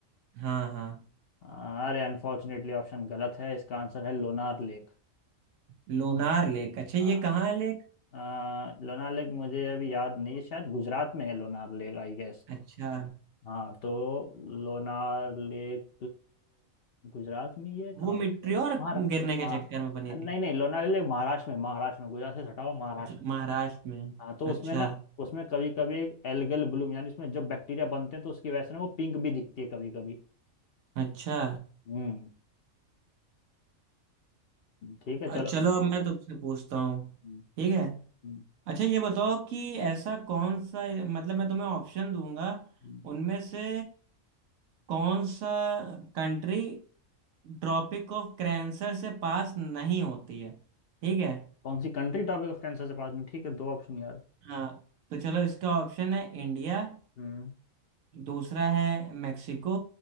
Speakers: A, on the right; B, on the left.
A: हाँ हाँ
B: आ, अरे अनफॉर्चुनेटली ऑप्शन गलत है इसका आंसर है लोनार लेक
A: लोनार लेक अच्छा ये
B: हाँ
A: कहाँ है लेक
B: अ, लोनार लेक मुझे अभी याद नहीं है शायद गुजरात में है लोनार लेक आई गेस
A: अच्छा
B: हाँ तो लोनार लेक गुजरात में ही है कहाँ
A: वो मिट्टियोर
B: पे है? महाराष्ट्र
A: गिरने के
B: हाँ
A: चक्कर में बनी
B: अ, नहीं
A: थी
B: नहीं लोनार लेक महाराष्ट्र में महाराष्ट्र में गुजरात से सटा हुआ महाराष्ट्र
A: अच्छा,
B: में
A: महाराष्ट्र में
B: हाँ तो उसमें
A: अच्छा
B: ना उसमें कभी कभी एक एल्गल ब्लूम यानी उसमें जब बैक्टीरिया बनते हैं तो उसकी वजह से ना वो पिंक भी दिखती है कभी कभी
A: अच्छा
B: हम्म ठीक है
A: अ,
B: चलो
A: चलो अब मैं तुमसे पूछता हूँ
B: हम्म,
A: ठीक है
B: हम्म,
A: अच्छा ये बताओ कि ऐसा कौन सा मतलब मैं तुम्हें ऑप्शन दूंगा
B: हम्म।
A: उनमें से कौन सा कंट्री ट्रॉपिक ऑफ कैंसर से पास नहीं होती है ठीक है
B: कौन सी कंट्री टॉपिक ऑफ कैंसर से पास में ठीक है दो ऑप्शन यार
A: हाँ तो चलो इसका ऑप्शन है इंडिया
B: हम्म
A: दूसरा है मेक्सिको